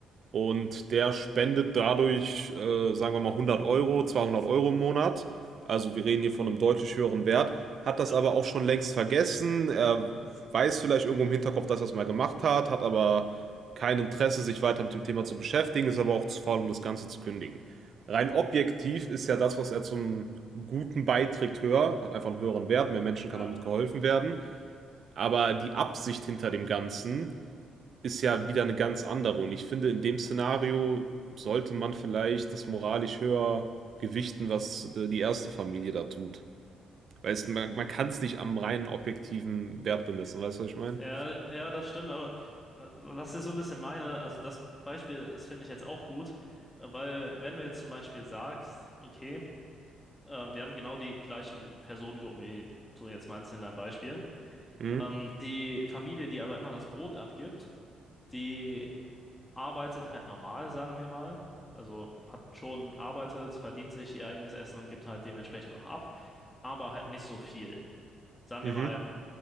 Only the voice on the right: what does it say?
Und der spendet dadurch, äh, sagen wir mal, 100 Euro, 200 Euro im Monat. Also wir reden hier von einem deutlich höheren Wert. Hat das
aber auch schon längst vergessen. Er weiß vielleicht irgendwo im Hinterkopf, dass er es mal gemacht hat, hat aber kein Interesse, sich weiter mit dem Thema zu beschäftigen, ist aber auch zu faul, um das Ganze zu kündigen. Rein objektiv ist ja das, was er zum Guten beiträgt, höher, hat einfach einen höheren Wert, mehr Menschen
kann damit geholfen werden. Aber die Absicht hinter dem Ganzen ist ja wieder eine ganz andere. Und ich finde, in dem Szenario sollte man vielleicht das moralisch höher gewichten, was die erste Familie da tut. Weißt du, man, man kann es nicht am reinen objektiven Wert bemessen, weißt du, was ich meine?
Mhm.
Mhm.